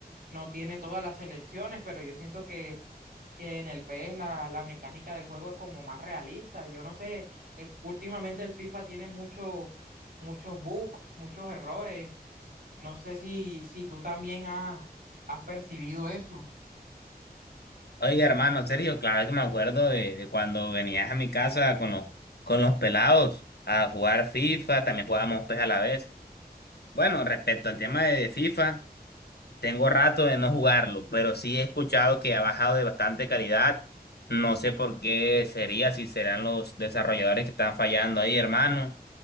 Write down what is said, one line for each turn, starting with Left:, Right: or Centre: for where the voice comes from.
Right: no tiene todas las selecciones, pero yo siento que, que en el PES la, la mecánica del juego es como más realista. Yo no sé, es- últimamente el FIFA tiene muchos muchos bugs, muchos errores. No sé si, si tú también has, has percibido eso.
Left: Oye, hermano, Sergio, claro que me acuerdo de, de cuando venías a mi casa con los, con los pelados a jugar FIFA, también jugábamos PES a la vez. Bueno, respecto al tema de, de FIFA, tengo rato de no jugarlo, pero sí he escuchado que ha bajado de bastante calidad. No sé por qué sería, si serán los desarrolladores que están fallando ahí, hermano.